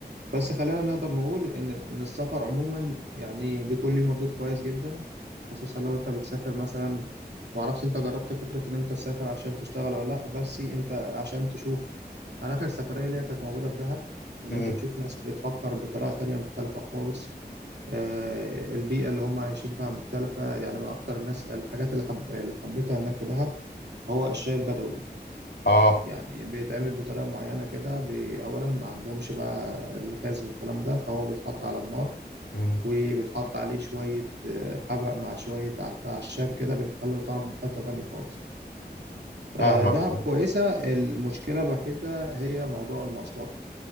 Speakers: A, on the right (about 80°); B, on the left (about 85°).
A: بس خلينا نقدر نقول إن إن السفر عموما يعني بيكون ليه مردود كويس جدا خصوصا لو أنت بتسافر مثلا معرفش أنت جربت فكرة إن أنت تسافر عشان تشتغل ولا لأ بس أنت عشان تشوف أنا آخر سفرية ليا كانت موجودة في دهب إن
B: امم
A: أنت تشوف ناس بتفكر بطريقة تانية مختلفة خالص آه، البيئة اللي هم عايشين فيها مختلفة يعني من أكتر الناس الحاجات اللي, حب... اللي حبيتها هناك في دهب هو الشاي البدوي
B: اه
A: يعني بيتعمل بطريقة معينة كده بي- أولا ما عندهمش بقى الغاز والكلام ده فهو بيتحط على النار
B: امم آه.
A: وبيتحط عليه شوية آه، حبق مع شوية أع- أعشاب كده بيخلي طعمه في حتة تانية خالص
B: فاهمك
A: آه، دهب كويسة المشكلة الوحيدة هي موضوع المواصلات